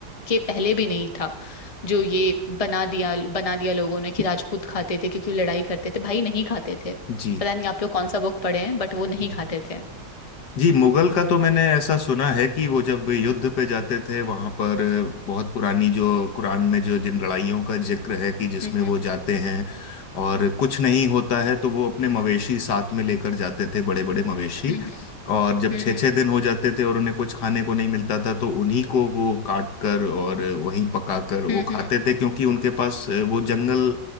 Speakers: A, on the left; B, on the left.
A: के पहले भी नहीं था जो ये बना दिया बना दिया लोगों ने कि राजपूत खाते थे क्योंकि वो लड़ाई करते थे भाई नहीं खाते थे
B: जी
A: पता नहीं आप लोग कौन सा बुक पढ़े हैं बट वो नहीं
B: जी
A: खाते थे
B: जी मुगल का तो मैंने ऐसा सुना है कि वो जब युद्ध पे जाते थे वहां पर बहुत पुरानी जो कुरान में जो जिन लड़ाइयों का जिक्र है कि जिसमें
A: हम्म
B: वो जाते हैं और कुछ नहीं होता है तो वो अपने मवेशी साथ में लेकर जाते थे बड़े बड़े मवेशी
A: हम्म
B: और जब
A: हम्म
B: छः छः दिन हो जाते थे और उन्हें कुछ खाने को नहीं मिलता था तो उन्हीं को वो काट कर और वहीं पका कर वो
A: हम्म
B: खाते
A: हम्म
B: थे क्योंकि उनके पास वो जंगल